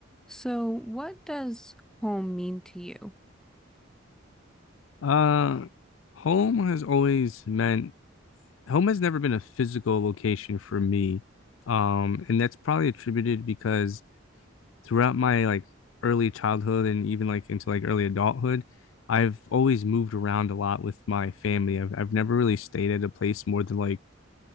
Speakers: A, in the centre; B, on the left.
A: So, what does home mean to you?
B: Uh, home has always meant home has never been a physical location for me. Um, and that's probably attributed because throughout my like early childhood and even like into like early adulthood, I've always moved around a lot with my family. I've I've never really stayed at a place more than like